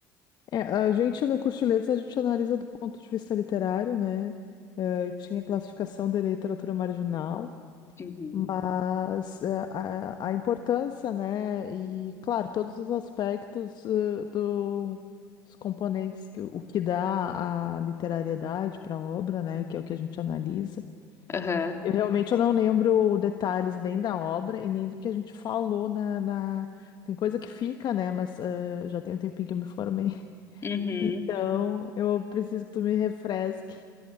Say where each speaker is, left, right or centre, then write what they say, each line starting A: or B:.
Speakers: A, on the left; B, on the left.
A: É, a gente no curso de letras a gente analisa do ponto de vista literário, né? Eh, tinha classificação de literatura marginal.
B: Uhum.
A: Mas eh, a, a importância, né? E claro, todos os aspectos eh, do- dos componentes que o que dá a literariedade para a obra, né? Que é o que a gente analisa.
B: Aham.
A: Eu realmente eu não lembro detalhes nem da obra e nem do que a gente falou na, na- Tem coisa que fica, né? Mas eh, já tem um tempinho que eu me formei. <laughs>
B: Uhum.
A: Então eu preciso que tu me refresque.